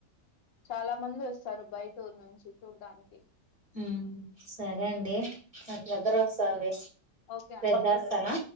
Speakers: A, on the left; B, on the right.
A: చాలా ముందు చారు బయటూరు నుంచి చూడ్డానికి
B: మ్మ్ సరే అండి నాక్ నిద్ర వస్తుంది వస్తాండి
A: ఓకే అండి
B: రేప్ జేస్తను